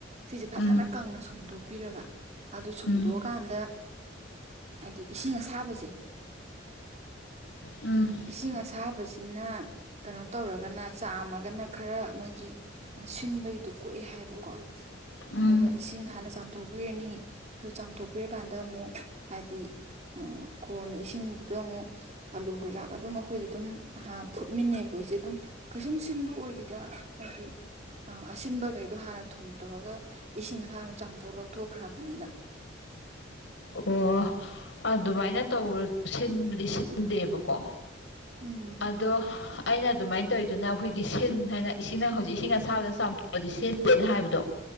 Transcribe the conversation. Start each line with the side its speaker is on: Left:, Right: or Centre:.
Right: ꯁꯤꯁꯦ ꯐꯖꯅ
Left: ꯎꯝ
Right: ꯀꯪꯅ ꯁꯨꯝꯗꯣꯛ ꯄꯤꯔꯕ ꯑꯗꯨ ꯁꯨꯝ
Left: ꯎꯝ
Right: ꯇꯣꯛꯑꯀꯥꯟꯗ ꯍꯥꯏꯗꯤ ꯏꯁꯤꯡ ꯑꯁꯥꯕꯁꯦ
Left: ꯎꯝ
Right: ꯏꯁꯤꯡ ꯑꯁꯥꯕꯁꯤꯅ ꯀꯩꯅꯣ ꯇꯧꯔꯒꯅ ꯆꯥꯝꯃꯒꯅ ꯈꯔ ꯃꯣꯏꯒꯤ ꯑꯁꯤꯟꯕꯒꯤꯗꯣ ꯀꯣꯛꯑꯦ ꯍꯥꯏꯕꯀꯣ ꯑꯗꯨꯒ
Left: ꯎꯝ
Right: ꯏꯁꯤꯡ ꯍꯥꯟꯅ ꯆꯥꯝꯊꯣꯛꯄꯤꯔꯅꯤ ꯑꯗꯨ ꯆꯥꯝꯊꯣꯛꯄꯤꯔꯀꯥꯟꯗ ꯑꯃꯨꯛ ꯍꯥꯏꯗꯤ ꯀꯣꯟꯅ ꯏꯁꯤꯡꯗꯨꯗ ꯑꯃꯨꯛ ꯑꯂꯨ ꯀꯩꯀꯥꯒ ꯑꯗꯨꯝ ꯑꯩꯈꯣꯏꯗꯤ ꯑꯗꯨꯝ ꯐꯨꯠꯃꯤꯟꯅꯩꯕ ꯑꯩꯈꯣꯏ ꯏꯆꯦ ꯑꯗꯨꯝ ꯀꯩꯁꯨꯝ ꯁꯤꯟꯕ ꯑꯣꯏꯗꯦꯗ ꯍꯥꯏꯗꯤ ꯑꯪ ꯑꯁꯤꯟꯕꯈꯩꯗꯣ ꯍꯥꯟꯅ ꯊꯨꯝ ꯇꯧꯔꯒ ꯏꯁꯤꯡ ꯑꯁꯥꯕꯗ ꯆꯥꯝꯊꯣꯛꯑ ꯂꯧꯊꯣꯛꯈ꯭ꯔꯕꯅꯤꯅ
Left: ꯑꯣ ꯑꯗꯨꯃꯥꯏꯅ ꯇꯧꯕꯁꯨ ꯁꯤꯟꯕꯗꯤ ꯁꯤꯟꯗꯦꯕꯀꯣ
Right: ꯎꯝ
Left: ꯑꯗꯣ ꯑꯩꯅ ꯑꯗꯨꯃꯥꯏꯅ ꯇꯧꯔꯤꯗꯨꯅ ꯑꯩꯈꯣꯏꯒꯤ ꯁꯤꯟ ꯍꯥꯏꯅ ꯏꯁꯤꯡꯅ ꯍꯧꯖꯤꯛ ꯏꯁꯤꯡ ꯑꯁꯥꯕꯗ ꯆꯥꯝꯊꯣꯛꯑꯗꯤ ꯁꯤꯟꯗꯦꯅ ꯍꯥꯏꯕꯗꯣ